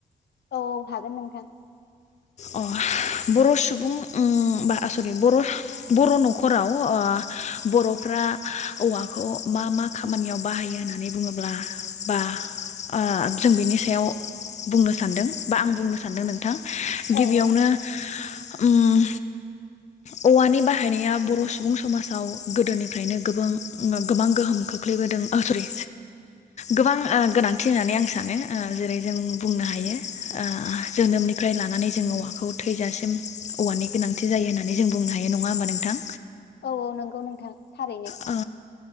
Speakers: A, on the left; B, on the left.
A: औ हागोन नोंथां।
B: अ बर' सुबुं उम बा सररि बर' बर' न'खराव ओ बर'फ्रा औवाखौ मा मा खामानियाव बाहायो होननानै बुङोब्ला बा ओ जों बेनि सायाव बुंनो सानदों बा आं बुंनो सानदों नोंथां। गिबियावनो
A: औ
B: उम औवानि बाहायनाया बर' सुबुं समाजाव गोदोनिफ्रायनो गोबां ओ गोबां गोहोम खोख्लैबोदों ओ सररि गोबां ओ गोनांथि होननानै आं सानो ओ जेरै जों बुंनो हायो ओ जोनोमनिफ्राय लानानै जों औवाखौ थैजासिम औवानि गोनांथि जायो होननानै जों बुंनो हायो नङा होमबा नोंथां?
A: औ औ नंगौ नोंथां। थारैनो
B: आ।